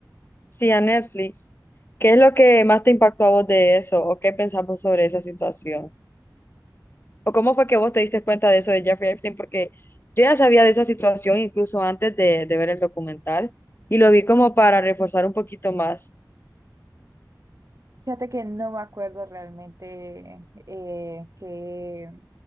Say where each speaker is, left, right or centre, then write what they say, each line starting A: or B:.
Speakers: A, on the left; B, on the right.
A: Sí, a Netflix. ¿Qué es lo que más te impactó a vos de eso? ¿O qué pensamos sobre esa situación? ¿O cómo fue que vos te diste cuenta de eso de Jeffrey Epstein? Porque yo ya sabía de esa situación incluso antes de, de ver el documental y lo vi como para reforzar un poquito más.
B: Fíjate que no me acuerdo realmente eh, que,